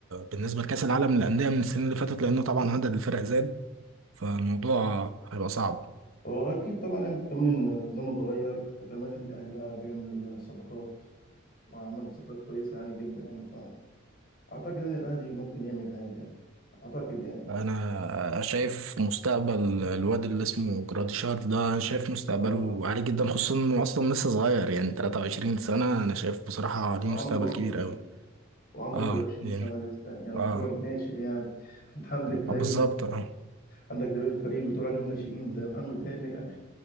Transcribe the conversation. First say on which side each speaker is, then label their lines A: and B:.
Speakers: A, on the right (about 75°); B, on the left (about 50°).
A: بالنسبة لكأس العالم للأندية من السنين اللي فاتت لأنه طبعا عدد الفرق زاد فالموضوع هيبقى صعب
B: هو اكيد طبعا يعني كمان النظام اتغير وكمان الاهلي بقى بيعمل صفقات وعمل صفقات كويسة يعني جدا يعني فأعتقد يعني الأهلي ممكن يعمل حاجة يعني أعتقد يعني
A: انا شايف مستقبل الواد اللي اسمه جراديشار ده أنا شايف مستقبله
B: آه
A: عالي جدا خصوصا انه اصلا لسه صغير يعني 23 سنة انا شايف بصراحة ليه
B: وعنده
A: مستقبل كبير
B: 21
A: قوي
B: وعنده
A: اه
B: 21
A: يعني
B: سنة لسه يعني يعني
A: اه
B: يعتبر ناشئ يعني <laughs> أنت عندك
A: آه،
B: لعيبة
A: بالظبط اه
B: عندك لعيبة في الفريق بتقول عليهم ناشئين زي محمد هاني يعني